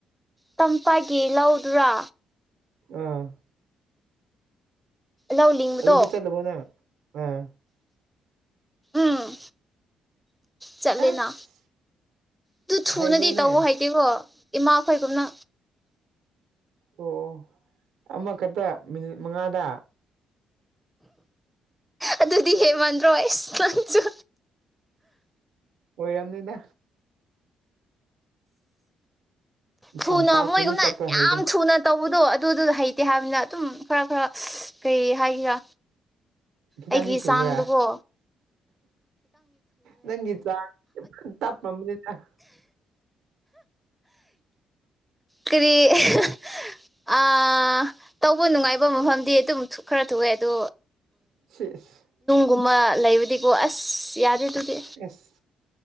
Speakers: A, in the centre; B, on the right.
A: ꯇꯝꯄꯥꯛꯒꯤ ꯂꯧꯗꯨꯔ
B: ꯑꯥ
A: ꯂꯧ ꯂꯤꯡꯕꯗꯣ
B: ꯑꯗꯨꯗꯤ ꯆꯠꯂꯕꯣ ꯅꯪ ꯑꯥ
A: ꯑꯝ ꯆꯠꯂꯦꯅ
B: ꯑꯁ
A: ꯑꯗꯨ ꯊꯨꯅꯗꯤ
B: ꯍꯩꯕ꯭ꯔꯣꯅꯦ
A: ꯇꯧꯋ ꯍꯩꯇꯦꯀꯣ ꯏꯃꯥ ꯈꯣꯏꯒꯨꯝꯅ
B: ꯑꯣ ꯑꯣ ꯑꯃꯈꯛꯇ ꯃꯤꯅꯤꯠ ꯃꯉꯥꯗ
A: ꯑꯗꯨꯗꯤ ꯍꯦꯃꯟꯗ꯭ꯔꯣ ꯅꯪꯁꯨ
B: ꯑꯣꯏꯔꯝꯅꯤꯗ
A: ꯊꯨꯅ
B: ꯇꯝꯄꯥꯛꯀꯤꯗꯤ
A: ꯃꯣꯏꯒꯨꯝꯅ
B: ꯆꯠꯄ
A: ꯌꯥꯝ
B: ꯍꯩꯔꯦ
A: ꯊꯨꯅ ꯇꯧ ꯕꯗꯣ ꯑꯗꯨꯗꯨ ꯍꯩꯇꯦ ꯍꯥꯏꯕꯅꯤꯅ ꯑꯗꯨꯝ ꯈꯔ ꯈꯔ ꯀꯩ ꯍꯥꯏꯒꯦꯔꯥ
B: ꯈꯤꯇꯪꯗꯤ
A: ꯑꯩꯒꯤ
B: ꯊꯨꯕ꯭ꯔꯥ
A: ꯆꯥꯡꯗꯀꯣ
B: ꯅꯪꯒꯤ ꯆꯥꯡ ꯇꯞꯄꯝꯅꯤꯗ <inaudible>
A: ꯀꯔꯤ ꯑꯍꯦ ꯍꯦ ꯑ ꯇꯧꯕ ꯅꯨꯡꯉꯥꯏꯕ ꯃꯐꯝꯗꯤ ꯑꯗꯨꯝ ꯈꯔ ꯊꯨꯏꯑꯦ ꯑꯗꯣ
B: ꯁꯤꯁ
A: ꯒꯨꯨꯝꯕ ꯂꯩꯕꯗꯤꯀꯣ ꯑꯁ ꯌꯥꯗꯦ ꯑꯗꯨꯗꯤ
B: ꯑꯁ